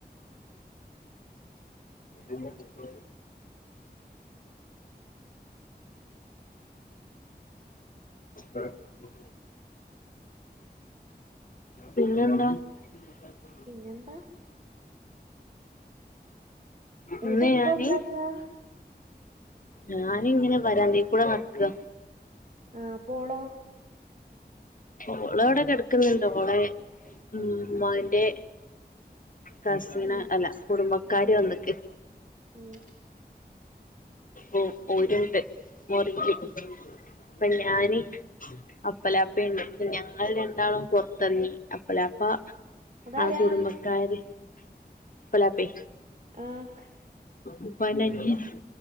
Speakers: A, on the left; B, on the right.
A: ഉ പട്ട <inaudible> പിന്നെന്താ <unintelligible>
B: പിന്നെന്താ ഇങ്ങിട്ട്
A: ഇന്ന്
B: ഇപ്പ
A: ഞാനീ
B: എന്താക്കാ
A: ഞാനി ഇങ്ങനെ വരാന്തേ കൂടെ നടക്ക്യ
B: ആഹ് അപോളോ
A: ഓളവിടെ കിടക്കുന്നുണ്ട് ഓളെ ഉമ്മാന്റെ കസിന
B: ഉം
A: അല്ല കുടുംബക്കാര് വന്ന്ക്ക്
B: ഉം
A: ഓ ഓരുണ്ട് മുറില് അപ്പം
B: ഉം
A: ഞാന് അപ്പലാപ്പ ഇണ്ട് ഞങ്ങൾ രണ്ടാളും പൊർത്തെർങ്ങി. അപ്പലാപ്പ
B: അതാരാ
A: ആ കുടുംബക്കാര് അപ്പലാപ്പേ
B: ആഹ്
A: ഉപ്പാന്റനിയൻ